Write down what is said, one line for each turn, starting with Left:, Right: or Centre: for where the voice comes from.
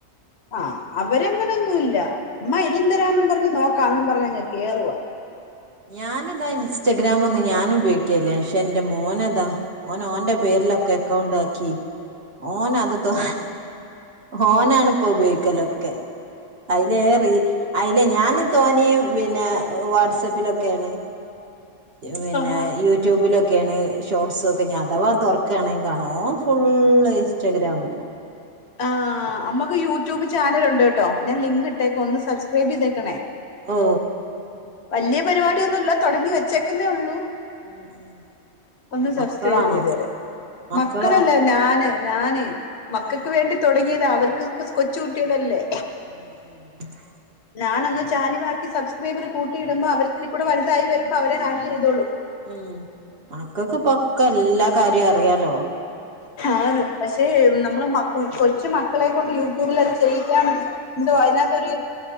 Left: ആ അവരങ്ങനെയൊന്നുല്ല അമ്മ ഇതും തരാനും പറഞ്ഞു നോ ക്കാന്നും പറഞ്ഞങ് കേറുവ
Right: ഞാനിതാ ഇൻസ്റ്റഗ്രാാം ഒന്ന് ഞാൻ ഉപയോഗിക്കല്ലേ പക്ഷെ എന്റെ മോനതാ ഓനോഓന്റെ പേരിലൊക്കെ അക്കൗണ്ട് ആക്കി ഓന അത്ത്തോ ഓനാണ് ഇപ്പൊ ഉപയോഗിക്കലൊക്കെ അയിനെ റി അയില്ലേ ഞാൻ തോനിയും പിന്നെ വാട്സആപ്പിലൊ ക്കേണ് പിന്നെ
Left: ആഹ്
Right: യൂട്യൂബിലൊക്കെ ക്കെയാണ് ഷോർട്സ ഒക്കെ ഞൻ അഥവാ തുറക്കയാണെങ്കിൽ കാണോ ഓ ഫുള് ഇൻസ്റ്റാഗ്രാമില്
Left: ആ മ്മക്ക് യൂട്യൂബ് ചാനലുണ്ട് കേട്ടോ. ഞാൻ ലിങ്ക് ഇട്ടേക്ക ഒന്ന് സ് സബ്സ്ക്രൈബെയ്തേക്കണേ
Right: ഓ
Left: വല്യ പരിപാടിയൊന്നുല്ല തൊടങ്ങി വെച്ചേക്കുന്നേ ഒള്ളൂ
Right: ഉം ഉം
Left: ഒന്ന് സബ്സ്ക്രൈബ്
Right: മക്കളാണോ
Left: ചെയ്തു തരാം
Right: മക്കളാ
Left: മക്കളല്ല ഞാന് ഞാന് മക്കക്ക്
Right: ഏ
Left: വേണ്ടി തൊടങ്ങിയതാ അവർക്ക് ഇപ്പ കൊച്ചു കുട്ടിളല്ലേ
Right: <inaudible>
Left: ഞാനൊന്ന് ചാലിവാക്കി സബ്സ്ക്രൈബർ കൂട്ടിയിടുമ്പോ അവരിത്തിരി കൂടെ വല്തായി വരുമ്പോ അവര് ഹാൻഡില് ചെയ്തോളും.
Right: ഉം മക്കക്ക് ഇപ്പൊക്കെല്ലാ കാര്യ അ റിയാലോ
Left: ആണ്. പക്ഷെ നമ്മള് മക്ക് കൊച്ച് മക്കളെക്കൊണ്ട് യൂട്യൂബിലെ ചെയ്യിക്കാൻ ഉണ്ടോ അയിനാത്തൊരു